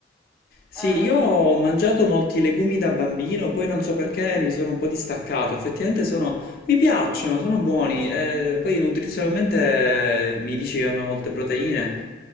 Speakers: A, on the left (about 55°); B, in the centre.
A: Sì,
B: Eh,
A: io
B: co-
A: ho mangiato molti legumi da bambino, poi non so perché
B: mhm.
A: mi sono un po' distaccato. Effettivamente sono, mi piacciono, sono buoni. eh, poi nutrizionalmente eh, mi dici che hanno molte proteine.